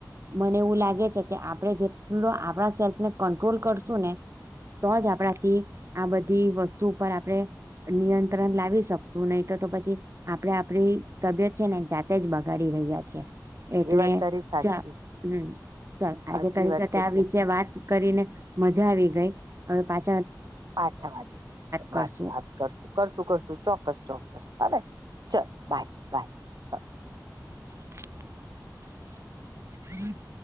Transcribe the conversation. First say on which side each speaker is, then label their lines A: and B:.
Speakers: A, on the right (about 40°); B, on the right (about 65°).
A: મને એવું લાગે છે કે, આપણે જેટલો આપણા સેલ્ફને કંટ્રોલ કરશું ને તો જ આપણાથી આ બધી વસ્તુ ઉપર આપણે નિયંત્રણ લાવી શકશું. નહી તો, તો પછી આપડે આપ તબિયત છે ને જાતે જ બગાડી રહ્યા છે. એટલે
B: એ વાત તારી સાચી
A: ચ હમ ચાલ
B: સાચી
A: આજે તરી
B: વાત
A: સાથે
B: છે
A: આ
B: છે
A: વિષ વાત કરીને મજા આવી ગઈ. હવે પાછું
B: પાછા વાત
A: કરશું
B: વાત વાત કરશું કરશું કરશું. ચોક્કસ, ચોક્કસ બરા ચાલ બાય બાય.
A: <unintelligible> હમ <inaudible>